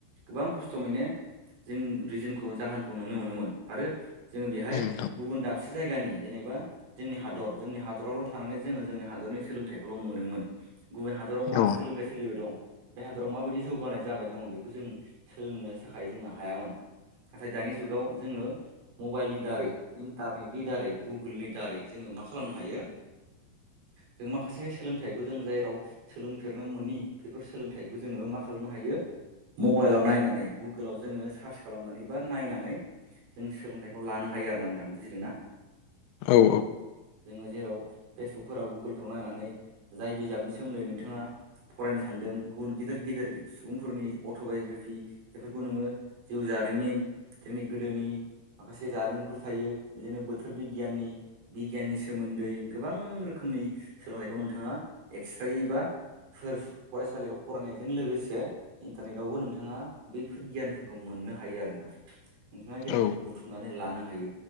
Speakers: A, on the right; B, on the left.
A: गोबां खस्थ' मोनो। जों रिजोनखौ जाहोनखौ नुनो मोनोमोन आरो जोङो बेहाय
B: नोंथां
A: गुबुन दाबसे जायगानि जेनेबा जोंनि हादर जोंनि हादरावल' थानानै जोङो जोंनि हादरनि सोलोंथाइखौल' मोनोमोन। गुबुन हादरआव मा
B: औ
A: सोलोंथाइ सोलिबाय दं? बे हादरआव माबायदि जौगानाय जाबाय दङ बेखौ जों सोलोंनो थाखाय जोङो हायामोन। नाथाय दानि जुगाव जोंङो मबाइलनि दारै इन्टारनेटनि दारै गुगोलनि दारै जोंङो मा खालामनो हायो? जों माखासे सोलोंथाइखौ जों जेराव सोलोंफेरनो मोनि बेफोर सोलोंथाइखौ जोङो मा मा खालामनो हायो मबाइलआव नायनानै गुगोलाव जोङो सार्च खालामनानै बा नायनानै जों सोलोंथाइखौ लानो हायो आरो ना? थां बुजिदों ना?
B: औ
A: जोंङो जेराव फेसबुकफोराव गुगोलफोराव नायनानै जाय बिजाबनि सोमोन्दै नोंथाङा फरायनो सानदों गुबुन गिदिर-गि जेरै सुबुंफोरनि अट' बाय'ग्राभि बेफोरखौ नोंङो जिउ जारिमिन जोंनि गोदोनि माखासे जारिमिनफोर थायो। बिदिनो बोथोर बिगियाननि बिगियाननि सोमोन्दै गोबां रोखोमनि सोलोंथाइखौ नोंथांङा एक्सथ्रायै बा फोरस फरायसालियाव फरायनायजों लोगोसे इन्टारनेटावबो नोंथाङा बैफोर गियानफोरखौ मोन ननो हायो आरो ना नोंथांङा गियानफोरखौ
B: औ
A: बुथुमनानै लानो हायो।